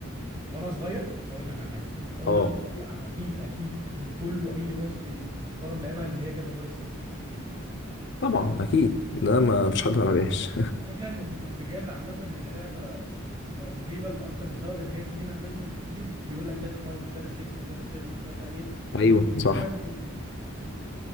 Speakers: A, on the right (about 20°); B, on the left (about 55°).
A: وانا صغير اقول لك على حاجه وانا
B: اه
A: صغير اكيد اكيد اللي كله اي مصري محترم لعبها اللي هي جاتا فايس سيتي
B: طبعا اكيد ده ما فيش حد ما لعبهاش
A: والفكره ان ان إن جاتا عامه هي لعبه آه، مريبه لاكتر من سبب ان هي في منها فيرجنز كتير بيقول لك جاتا 5 وجاتا 6 وجاتا 7 وجاتا 8
B: <laughs> ايوه
A: كلهم
B: صح
A: جاتا فايس سيتي